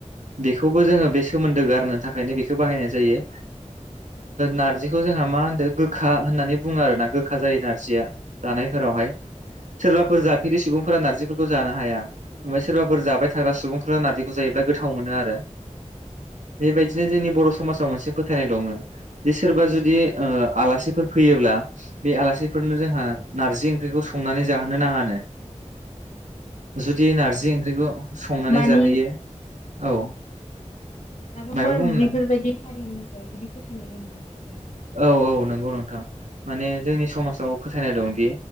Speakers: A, on the right; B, on the left.
A: बेखौबो जोङो बे सोमोन्दो गारनो थाखायनो बेखौ बाहायनाय जायो नारजिखौ जों जोंहा मा होनदो गोखा होननानै बुङो आरोना गोखा जायो नारजिया जानायफोरावहाय सोरबाफोर जाफेरि सुबुंफोरा नारजिफोरखौ जानो हाया ओमफ्राय सोरबाफोर जाबाय थाग्रा सुबुंफोरा नारजिखौ जायोब्ला गोद थाव मोनो आरो बेबायदिनो जोंनि बर' समाज जाव मोनसे फोथायनाय दङ जे सोरबा जुदि आलासिफोर फैयोब्ला बे आलासिफोरनो जोंहा नारजि ओंख्रिखौ संनानै जाहोनो नाङानो जुदि नारजि ओंख्रिखौ संनानै
B: मानि
A: जाहोयो औ
B: माबाफोर
A: मायबा बुंनो
B: बेफोरबायदि हारिनि सायाव बिदि फोथायनाय दं नामा
A: औ औ नंगौ नोंथां माने जोंनि समाजाव फोथायनाय दंदि